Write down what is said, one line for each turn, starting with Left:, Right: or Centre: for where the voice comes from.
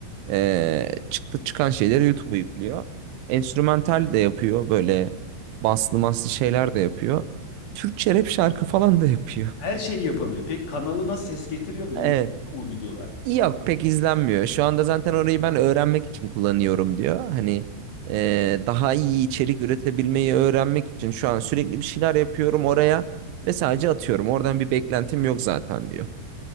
Right: e, çıktı çıkan şeyleri YouTube'a yüklüyor. Enstrümantal de yapıyor böyle baslı maslı şeyler de yapıyor. Türkçe rap şarkı falan da yapıyor.
Left: Her şeyi yapabiliyor. Peki kanalına ses getiriyor mu? İyi
Right: Evet.
Left: izliyor mu o videolar?
Right: Yok pek izlenmiyor. Şu anda zaten orayı ben öğrenmek için kullanıyorum diyor. Hani e, daha iyi içerik üretebilmeyi öğrenmek için şu an sürekli bir şeyler yapıyorum oraya ve sadece atıyorum. Oradan bir beklentim yok zaten diyor.